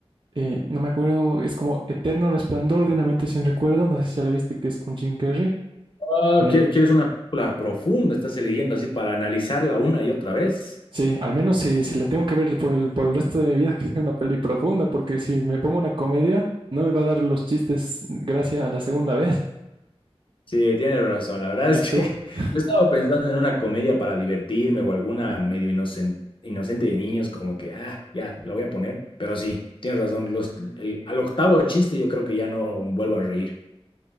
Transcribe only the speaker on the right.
eh, no me acuerdo, es como Eterno Resplandor de una mente sin recuerdo, no sé si ya la viste, que es con Jim Carrey.
Me-
sí, al menos si, si la tengo que ver por el, por el resto de mi vida, <laughs> que es una peli profunda, porque si me pongo una comedia, no me va a dar los chistes gracias a la segunda vez.
¿Y
tú?
<laughs>